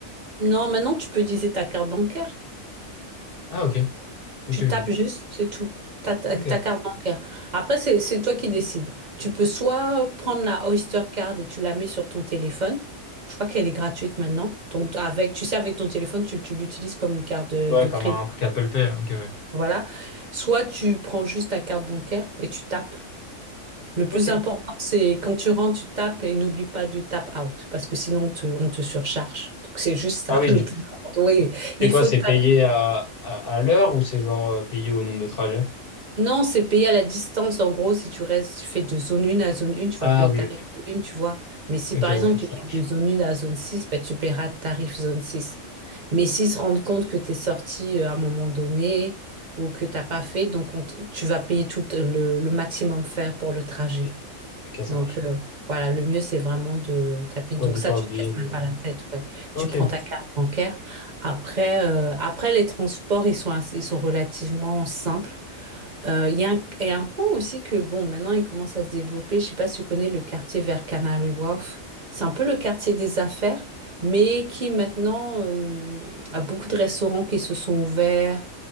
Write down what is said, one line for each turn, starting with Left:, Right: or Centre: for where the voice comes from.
Right: non, maintenant tu peux utiliser ta carte bancaire.
Left: Ah, ok. Ok,
Right: Tu
Left: ok.
Right: tapes juste, c'est tout. Ta, ta,
Left: Ok.
Right: ta carte bancaire. Après, c'est, c'est toi qui décides. Tu peux soit prendre la Oyster Card et tu la mets sur ton téléphone. Je crois qu'elle est gratuite maintenant. Donc, avec, tu sais, avec ton téléphone, tu, tu l'utilises comme une carte de,
Left: Ouais,
Right: de
Left: comme
Right: crédit.
Left: un truc Apple Pay. Ok, ouais.
Right: Voilà. Soit tu prends juste ta carte bancaire et tu tapes. Le plus
Left: Ok.
Right: important, c'est quand tu rentres, tu tapes et n'oublie pas de tap out parce que sinon on te, on te surcharge. Donc c'est juste ça,
Left: Ah oui,
Right: <laughs> le plus important. Oui, il
Left: C'est quoi?
Right: faut
Left: C'est
Right: taper.
Left: payé à, à, à l'heure ou c'est genre euh, payé au nombre de trajets?
Right: Non, c'est payer à la distance. En gros, si tu restes, tu fais de zone 1 à zone 1, tu
Left: Ah
Right: vas payer
Left: oui,
Right: tarif
Left: ok.
Right: 1, tu vois. Mais si
Left: Ok,
Right: par
Left: ouais,
Right: exemple
Left: ça
Right: tu fais
Left: marche.
Right: de zone 1 à zone 6 ben, tu paieras tarif zone six Mais s'ils se rendent compte que tu es sorti euh, à un moment donné ou que tu n'as pas fait, donc on t- tu vas payer tout le, le maximum faire pour le trajet.
Left: Oui, ok, ça
Right: Donc
Left: marche.
Right: euh, voilà, le mieux c'est vraiment de taper. Donc
Left: Ouais, de
Right: ça,
Left: pas
Right: tu
Left: oublier
Right: te casses
Left: de...
Right: même pas la tête, ouais.
Left: Ok.
Right: Tu prends ta carte bancaire. Après, euh, après les transports, ils sont assez- ils sont relativement simples. Euh, Il y a un, et un point aussi que bon, maintenant il commence à se développer. Je sais pas si tu connais le quartier vers Canary Wharf. C'est un peu le quartier des affaires, mais qui maintenant euh, a beaucoup de restaurants qui se sont ouverts.